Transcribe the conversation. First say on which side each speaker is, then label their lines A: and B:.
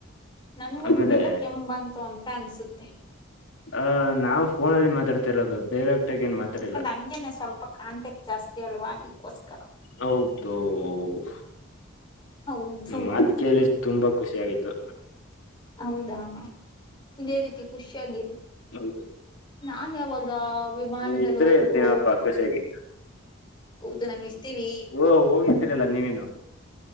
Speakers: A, on the left; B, on the left.
A: ನನ್ಗೂ
B: ಆಮೇಲೆ
A: ನಿಮ್ಮಿಂದ ಕೆಮ್ ಬಂತು ಅಂತ ಅನ್ಸುತ್ತೆ
B: ಅಹ ನಾವು ಫೋನ ಅಲ್ಲಿ ಮಾತಾಡ್ತಿರೋದು ಡೈರೆಕ್ಟ್ ಆಗಿ ಏನ್ ಮಾತಾಡಿಲ್ಲ
A: ಅದ್ ಹಂಗಗೆೇನೆ ಸ್ವಲ್ಪ ಕಾಂಟೆಕ್ಟ್ ಜಾಸ್ತಿ ಅಲ್ವಾ ಅದಕ್ಕೋಸ್ಕರ
B: ಹೌದು ಊ
A: ಹೌದು
B: ನಿಮ್ಮ್ ಮಾತಿಕೇಳಿ ತುಂಬಾ ಖುಷಿ ಆಯ್ತು.
A: ಹೌದಾ ಇದೇ ರೀತಿ ಖುಷಿಯಾಗಿರಿ.
B: ಹೌದು
A: ನಾನ್ ಯಾವಾಗ ವಿಮಾನದಲ್ಲಿ
B: ನೀವ್ ಇದ್ರೆ
A: ಹೋಗದು
B: ಇರ್ತೀನಪ್ಪಾ ಖುಷಿಯಾಗಿ
A: ಹೌದು ನಾವ್ ಇರ್ತೀವಿ
B: ಓ ಹೋಗಿದ್ದೀರಲ್ಲ ನೀವೇನು